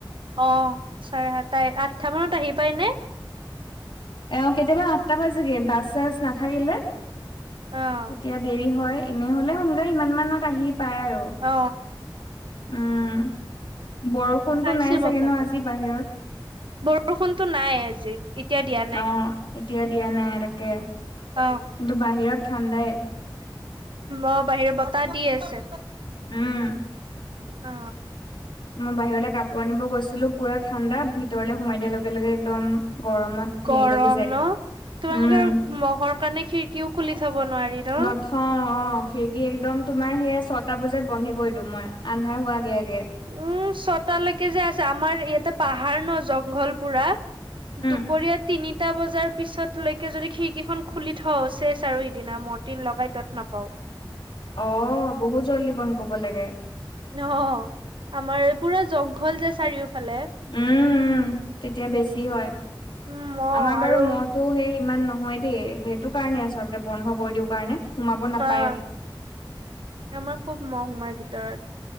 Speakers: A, on the right; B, on the left.
A: অ চাৰে সাততাই আঠটা মানত আহি পায় নে?
B: অ কেতিয়াবা আঠটা বাজেগে বাছ চাছ নাথাকিলে
A: অ
B: তেতিয়া দেৰি হয়। এনেহ'লে সোনকালে ইমান মানত আহি পায় আৰু!
A: অ'।
B: উম বৰষুণতো
A: আহিছে
B: নাই চাগে
A: মোৰ তাতে,
B: ন আজি বাহিৰত
A: বৰষুণতো নাই আজি। এতিয়া দিয়া নাই
B: অ এতিয়া দিয়া নাই তাকে
A: অ
B: কিন্তু বাহিৰত ঠাণ্ডাই।
A: অ বাহিৰত বতাহ দি আছে।
B: উম
A: অ
B: মই বাহিৰলৈ কাপোৰ আনিব গৈছিলো! পুৰা ঠাণ্ডা। ভিতৰলে সোমাই দিয়াৰ লগে লগে একদম! গৰমত
A: গৰম
B: হেৰি লাগি যায়
A: ন? তোমালোকে
B: উম
A: মহৰ কাৰণে খিৰিকীও খুলি থ'ব নোৱাৰি। ন
B: নথ অ' অ' খিৰিকী একদম তোমাৰ সেয়া, ছটা বজাত বন্ধই কৰি দিওঁ মই, আন্ধাৰ হোৱাৰ আগে আগে।
A: উম ছটালৈকে যে আছে, আমাৰ ইয়াতে পাহাৰ ন! জংঘল পুৰা।
B: উম,
A: দুপৰীয়া তিনিটা বজাৰ পিছত। লৈকে যদি খিৰিকীখন খুলি থওঁ, চেচ আৰু সিদিনা! ম'টিন লগাই তত নাপাও।
B: অ' বহুত জল্দিী বন্ধ কৰিব লাগে।
A: অ' আমাৰ এই পুৰা জংঘল যে চাৰিওফালে।
B: উম উম, তেতিয়া বেছি হয়
A: উম, মহ
B: আমাৰ
A: আৰু
B: বাৰু মহ ত' সেই ইমান নহয় দেই! সেইটোকাৰণে আচলতে বন্ধ কৰি দিও কাৰণে! সোমাব নাপায়।
A: অ' আমাৰ খুব মহ সোমায় ভিতৰত।